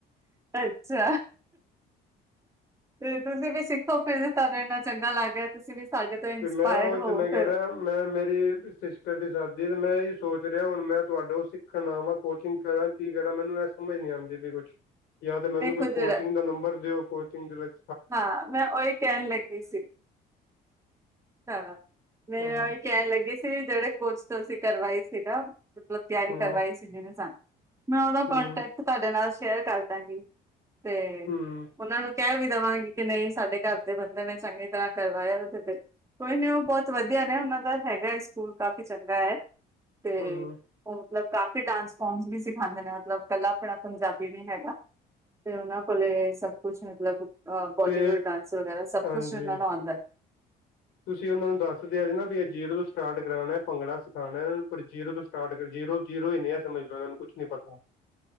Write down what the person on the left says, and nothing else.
ਤੇ ਮੈਂ ਉਹੀ
ਤੇ ਮੈਂ ਕਹਿ
ਰਿਹਾ ਮੈਂ ਮੇਰੀ ਸਿਸਟਰ ਦੀ ਸਾਦੀ, ਤੇ ਮੈਂ ਇਹੀ ਸੋਚ ਰਿਹਾ, ਹੁਣ ਮੈਂ ਤੁਹਾਡੇ ਤੋ ਸਿੱਖਣ ਆਵਾਂ, ਕੋਚਿੰਗ ਕਰਾਂ ਕੀ ਕਰਾਂ ਮੈਨੂੰ ਐ ਸਮਝ ਨਹੀਂ ਆਂਦੀ ਪਈ ਕੁਛ, ਯਾ ਤਾਂ ਮੈਨੂੰ
ਕੋਈ ਕੋਚਿੰਗ
ਦਾ ਨੰਬਰ ਦਿਓ, ਕੋਚਿੰਗ ਦੇ ਵਿੱਚ
ਹਾਂ
ਹੂੰ
ਹੂੰ
ਹੂੰ
ਹੂੰ
ਤੇ
ਹਾਂਜੀ
ਤੁਸੀਂ ਉਹਨਾਂ ਨੂੰ ਦੱਸ ਦੱਸਦੇ ਆ ਨਾ ਵੀ ਇਹ ਜੀਰੋ ਤੋਂ ਸਟਾਰਟ ਕਰਾਣਾ, ਭੰਗੜਾ ਸਿੱਖਾਂਣਾ, ਪਰ ਜੀਰੋ ਤੋਂ ਸਟਾਰਟ ਜੀਰੋ, ਜੀਰੋ ਹੀੰ ਨੀ ਆ ਸਮਝਲੋ ਇਹਨਾਂ ਨੂੰ। ਕੁਛ ਨਹੀਂ ਪਤਾ‌।